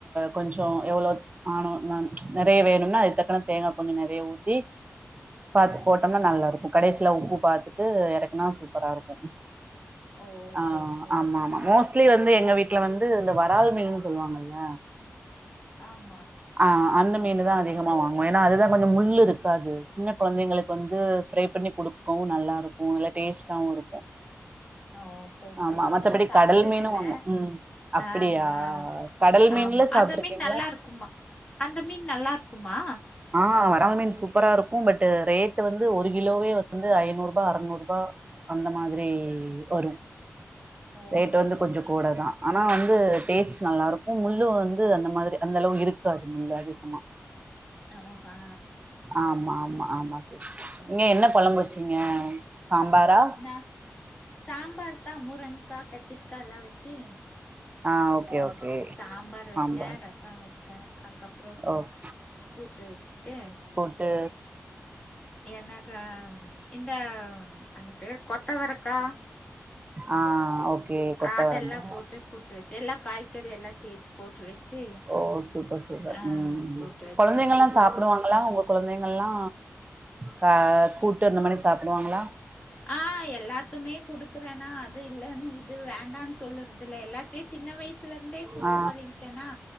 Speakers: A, on the right (about 30°); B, on the left (about 25°).
A: கொஞ்சோ எவ்ளோ ஆணு நா நெறைய வேணும்னா அது தக்குன்ன தேங்கா கொஞ்சோ நெறைய ஊத்தி பாத்து
B: ஆ
A: போட்டோம்னா நல்லா இருக்கு கடைசியில உப்பு பாத்துட்டு எறக்குனா சூப்பரா இருக்கு
B: ஓ!
A: ஆ
B: சரி, சரி.
A: ஆமா ஆமா
B: ஆ,
A: மோஸ்ட்லி வந்து எங்க வீட்ல வந்து இந்த வறால் மீனு சொல்வாங்கள்ல
B: ஆமா
A: ஆ அந்த மீனு தா அதிகமா வாங்குவோ ஏனா அதுதா கொஞ்சோ முள்ளிருக்காது சின்ன கொழந்தைங்களுக்கு வந்து ஃப்ரை பண்ணி குடுக்கவும் நல்லா இருக்கும் நல்லா டேஸ்ட்டாவும் இருக்கும்
B: ஓ! சரி,
A: ஆமா
B: சரி.
A: மத்தபடி
B: நான் சாப்பிட்டதில்ல.
A: கடல் மீனும் வாங்குவோம் ம் ம் அப்பிடியா
B: ஆ, ஆ.
A: கடல் மீன்லா
B: ஆமா.
A: சாப்ருக்கீங்களா
B: அந்த மீன் நல்லா இருக்குமா? அந்த மீன் நல்லா இருக்குமா
A: ஆ வறால் மீன் சூப்பரா இருக்கு பட் ரேட் வந்து ஒரு கிலோவே வந்து ஐநூறு ரூபா அறுநூறு ரூபா அந்த மாதிரி வரு
B: ஓ!
A: ரேட்
B: சரி,
A: வந்து கொஞ்சோ
B: சரி.
A: கூட தா ஆனா வந்து டேஸ்ட் நல்லா இருக்கு முள்ளும் வந்து அந்த மாதிரி அந்த அளவு இருக்காது முள்ளு அதிகமா
B: அ ஓ ஆ
A: ஆமா ஆமா ஆமா சிஸ்
B: ஓ!
A: நீங்க என்ன கொழம்பு
B: சரி.
A: வச்சீங்க சாம்பாரா
B: நான் சாம்பார் தா முருங்கா கத்திரிக்காலா வச்சு
A: ஆ ஓகே
B: ம்
A: ஓகே
B: சாம்பார்
A: சாம்பார்
B: வச்சே ரசோ ஆ வெச்ச அதுக்கப்புறோ கு
A: ஓகே
B: கூட்டு வெச்சுட்டு
A: ட்டு
B: எனக்கா இந்த அந்த பேர் கொத்தவரக்கா
A: ஆ ஓகே கொத்தவரங்கா
B: அதெல்லா போட்டு கூட்டு வச்சு எல்லா காய்கறி எல்லா சேத்து போட்டு வச்சு
A: ஓ சூப்பர் சூப்பர்
B: ஆ,
A: ம்
B: கூட்டு வச்சேன்
A: கொழந்தைங்கள்லா
B: ஆ
A: சாப்டுவாங் ங்களா உங்க கொழந்தைங்கள்லா கா கூட்டு
B: ஏ-
A: அந்தமானி சாப்டுவாங்களா
B: ஆ எல்லாத்துமே குடுக்குறேனா அது இல்லன்னு இது வேண்டான்னு சொல்லற்தில்ல எல்லாத்தியு சின்ன வயசுலருந்தே குடுத்து
A: ஆ
B: பழகிட்டேனா